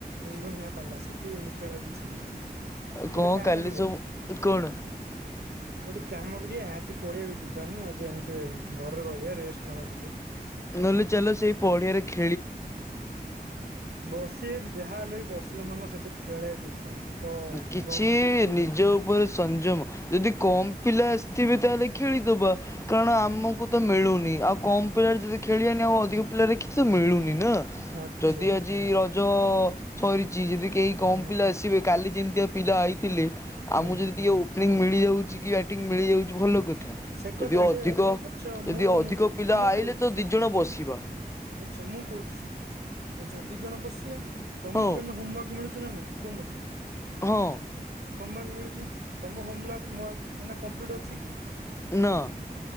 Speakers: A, on the right; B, on the left.
A: ଧୁନଆ ପିଲା ସେ ଟ ମୁଁ ଖଳିବାକୁ ଇଚ୍ଛା ନାହିଁ ମୋର
B: ଆଉ କଣ
A: ଗୋଟେ କାମ
B: କାଲି
A: କରିବା
B: ସବୁ କଣ
A: <inaudible> ଗୋଟେ କାମ କରିବା ଆଜି ପଆଆକୁ ଯିବାନି ଆଜି ଏମିତି ଘରେ ରହିବା ରେଷ୍ଟ ନବା ଟିକେ।
B: ନହେଲେ ଚାଲ ସେଇ ପଡିଆରେ ଖେ
A: ବସିଆ ଯାହା ହେଲେ ବସି ମାନେ ସେଠି ଖେଳକୁ ଇଚ୍ଛା ହବ। ତ
B: କିଛି
A: ମୁଁ ଭାବୁଛି ସେଠି
B: ନିଜ ଉପରେ ସଂଯମ ଯଦି କମ ପିଲା ଥିବେ ତାହେଲେ ଖେଳିଦବା କାରଣ ଆମକୁ ତ ମିଳୁନି ଆଉ କମ ପିଲାରେ ଯଦି ଖେଳିବନି ଆଉ ଅଧିକ ପିଲାରେ କିଛି ତ ମିଳୁନିି। ନା
A: ଆଚ୍ଛା
B: ଯଦି ଆଜି ରଜ ସରିଛି ଯଦି କେହି କମ
A: ହୁଁ
B: ପିଲା ଆସିବେ ଯେମିତିଆ ପିଲା ଆଇ ଥିଲେ ଆ
A: ହୁଁ
B: ମୁଁ ଯଦି ଟିକେ ଉ ମିଳିଯାଉଛି ମିଳିଯାଉଛି ଭଲ କଥା
A: ସେ କଥା
B: ଯଦି ଅଧିକ
A: ଯେ ଆଚ୍ଛା
B: ଯଦି
A: ମୁଁ ତମକୁ
B: ଅଧିକ
A: କହୁଛି
B: ପିଲା
A: ମୁଁ
B: ଆଇଲେ
A: କହୁଛି
B: ତ
A: ଶୁଣ
B: ଦି ଜଣ ବସିବ।
A: ଆଚ୍ଛା ମୁଁ କହୁଛି ଶୁଣୁ ଆଚ୍ଛା ଦି ଜଣ ବସିଆ ତମକୁ
B: ହଁ
A: ଏ ନେ ହୋମୱାର୍କ ମିଳୁଛି । ବୁଝୁଚୁ ନା ନାଇ କୁହ ମୋତେ
B: ହଁ
A: । ହୋମୱାରକ ମିଳୁଛି । ତମ ହୋମଲାକ ମୋ ଅକ୍ ଏଇନା କମ୍ପ୍ଲିଟ ଅଛି କି?
B: ନା ।